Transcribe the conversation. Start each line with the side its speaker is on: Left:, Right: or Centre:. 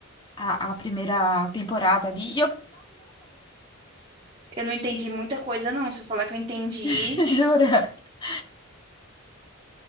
Left: a, a primeira temporada ali
Right: Eu não entendi muita coisa não, se eu falar que eu entendi,
Left: <laughs>